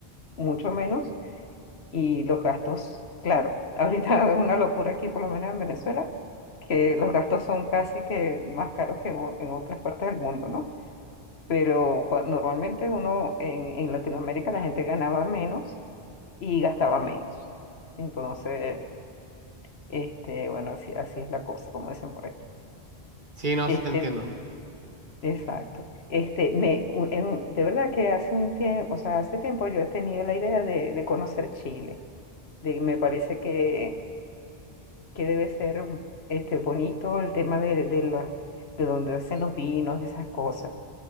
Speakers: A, on the left; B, on the right.
A: mucho menos y los gastos, claro, ahorita <laughs> es una locura aquí, por lo menos en Venezuela, que los gastos son casi que más caros que en o- en otras partes del mundo, ¿no? pero cua- normalmente uno en, en Latinoamérica la gente ganaba menos y gastaba menos. Entonces, este, bueno, así, así es la cosa, como dicen por ahí.
B: Sí, no,
A: Este,
B: sí te entiendo.
A: exacto. Este, me, un- en- de verdad que hace un tiempo, o sea, hace tiempo yo he tenido la idea de, de conocer Chile. De, me parece que, que debe ser un- este, bonito el tema de, de, la- de donde hacen los vinos, esas cosas.